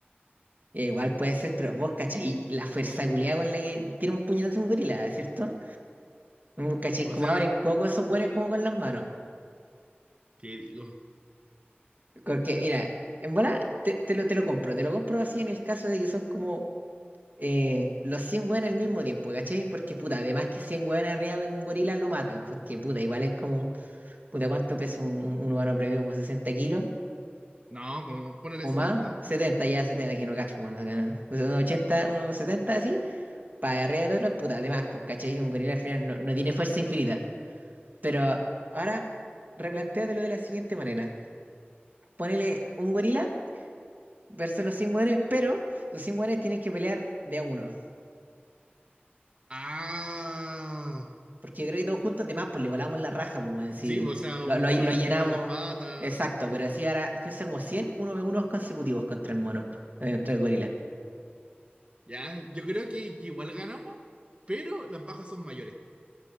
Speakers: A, on the right (about 45°); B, on the right (about 30°).
A: Ya, igual puede ser, pero vos cachai la fuerza culiada con la que tira un puñetazo un gorila, ¿cierto? Vos cachai
B: O
A: cómo
B: sea,
A: abren coco esos hueones como con las manos.
B: ¿qué digo?
A: Porque, mira, en bola te, te lo, te lo compro, te lo compro así en el caso de que son como eh, los 100 hueones al mismo tiempo, ¿cachai? Porque, puta, además que 100 hueones arriba de un gorila lo matan, porque, puta, igual es como, puta, ¿cuánto pesa un, un humano promedio Como 60 kilos.
B: No, como ponerle
A: O
B: setenta
A: más, setenta ya 70 que no cacho, bueno, acá no. O sea, unos ochenta unos 70 así, para arriba del otro, puta, además, pues, ¿cachai? Si Un gorila al final no, no tiene fuerza infinita. Pero ahora, replantéatelo de la siguiente manera. Ponele un gorila versus los 100 hueones, pero los 100 hueones tienen que pelear de a uno.
B: Ah,
A: Porque yo creo que todos juntos, además, pues le volamos la raja, pues, weón, si
B: sí, pues, o sea,
A: lo,
B: un-
A: lo-
B: uno
A: lo
B: la
A: llenamos.
B: firma en la pata.
A: Exacto, pero así ahora, piensa como 100 uno ve unos consecutivos contra el mono, eh, contra el gorila.
B: Ya, yo creo que, que igual ganamos, pero las bajas son mayores.